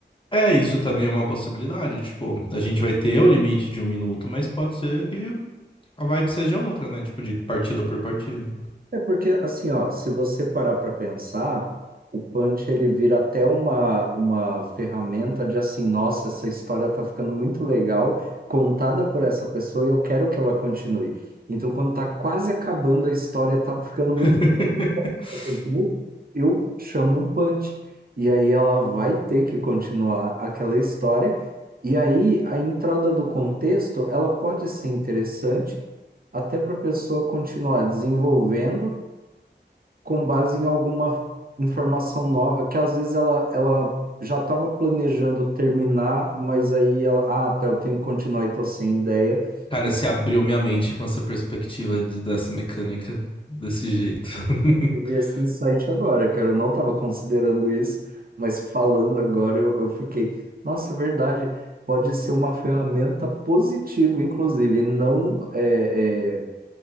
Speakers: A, on the left; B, on the right.
A: É, isso também é uma possibilidade. Tipo, a gente vai ter o limite de um minuto, mas pode ser que a vibe seja outra, né? Tipo, de partida por partida.
B: É porque, assim, ó, se você parar para pensar, o Punch ele vira até uma, uma ferramenta de assim, nossa, essa história tá ficando muito legal, contada por essa pessoa e eu quero que ela continue. Então, quando tá quase acabando a história, tá ficando
A: <laughs>
B: muito. legal, Eu quero que ela continue, eu chamo um Punch. E aí ela vai ter que continuar aquela história. E aí a entrada do contexto, ela pode ser interessante até para a pessoa continuar desenvolvendo com base em alguma informação nova, que às vezes ela, ela já estava planejando terminar, mas aí ela, ah, tá, eu tenho que continuar e tô sem ideia.
A: Cara,
B: E
A: se abriu minha mente com essa perspectiva de- dessa mecânica desse jeito. <laughs>
B: tive esse insight agora, cara, eu não estava considerando isso, mas falando agora eu, eu fiquei, nossa, é verdade, pode ser uma ferramenta positiva, inclusive, e não é, é,